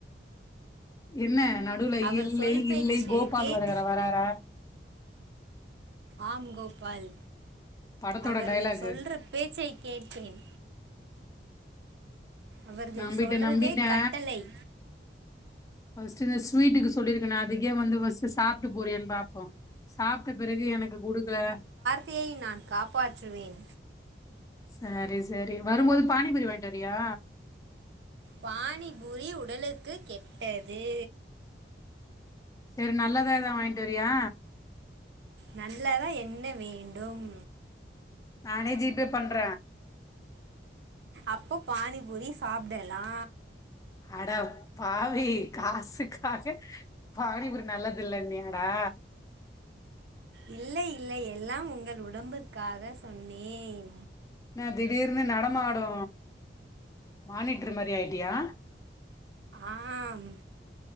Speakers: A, on the left; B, on the right.
A: என்ன நடுவ்ல
B: அவர்
A: இல்லை
B: சொல் பேச்சு
A: இல்லை கோபால்
B: கேட்டு
A: வருற வராறா
B: ஆம் கோபால்
A: படத்தோட
B: அவர்கள்
A: டைலாக்கு
B: சொல்ற பேச்சை கேட்டேன் அவர்கள்
A: நம்பிட்டே
B: சொல்கிறதே
A: நம்பிட்டே
B: கட்டளை
A: ஃபஸ்ட் இந்த ஸ்வீட்டுக்கு செல்லிருக்கனேஅதுக்கே வந்து ஃவஸ்ட்டு சாப்ட்டு போறியான் பாப்போ சாப்ட்ட பிறகு எனக்கு குடுக்ல
B: தை நான் காப்பாற்றுவேன்
A: சரி செரி வரும் போது பானிபூரி வாய்ன்ட்வரியா
B: பானி பூரி உடலுக்கு கெட்டது
A: செரி நல்லதா எதனா வாய்ன்டு வரியா
B: நல்லதா என்ன வேண்டும்
A: நானே ஜிபே பண்ற
B: அப்போ பானிபூரி சாப்டலா
A: அடப்பாவி காசுக்காக பானிபூரி நல்லதில்லன்யாடா
B: இல்லை இல்லை எல்லாம் உங்கள் உடம்பிற்காக சொன்னேன்
A: ன்ன திடீர்னு நடமாடு மானிட்ருமாரி ஆய்ட்டியா
B: ஆம்